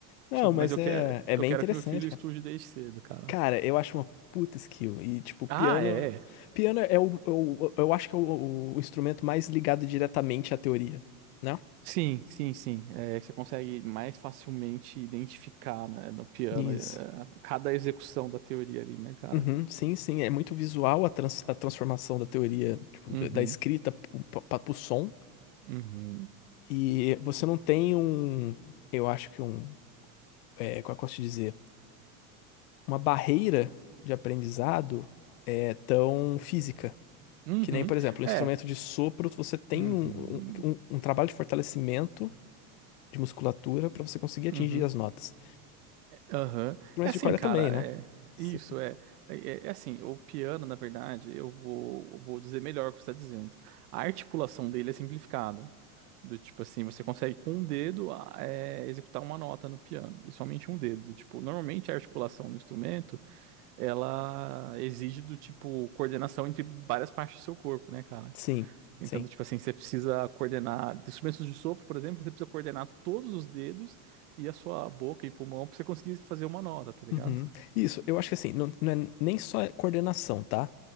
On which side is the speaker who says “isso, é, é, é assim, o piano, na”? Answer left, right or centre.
Right